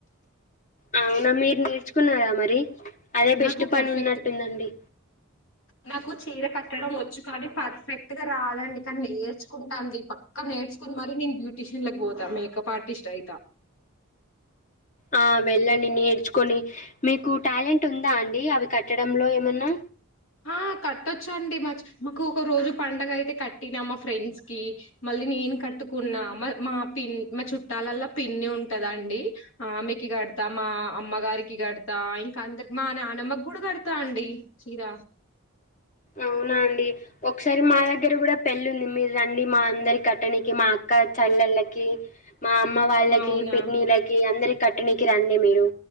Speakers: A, on the left (about 35°); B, on the left (about 70°).
A: అవునా మీరు నేర్చుకున్నారా మరి అదే బెస్ట్
B: నాకు
A: పని
B: పర్ఫెక్ట్
A: ఉన్నట్టుందండి
B: నాకు చీర కట్టడం వచ్చు కానీ పర్ఫెక్ట్ గా రాదండి కానీ నేర్చుకుంటాంది పక్క నేర్చుకుని మరి నేను బ్యూటీషియన్ లకి పోతా మేకప్ ఆర్టిస్ట్ అయిత
A: ఆ వెళ్ళండి నేర్చుకొని మీకు టాలెంట్ ఉందా అండి అవి కట్టడంలో ఏమన్నా
B: ఆ కట్టచ్చండి మచ్ మాకు ఒక రోజు పండగ అయితే కట్టినా మా ఫ్రెండ్స్ కి మళ్ళీ నేను కట్టుకున్నా మా పి మా చుట్టాలల్లో పిన్ని ఉంటదండి ఆమెకి కడతా మా అమ్మగారికి కడతా ఇంకా అందరి మా నానమ్మకి కూడా కడతా అండి చీర
A: అవునా అండి ఒకసారి మా దగ్గర కూడా పెళ్ళుంది మీరు రండి మా అందరి కట్టనికి మా అక్క చల్లెళ్ళకి మా అమ్మ వాళ్ళకి
B: అవునా
A: పిన్నిలకి అందరికి కట్టనీకి రండి మీరు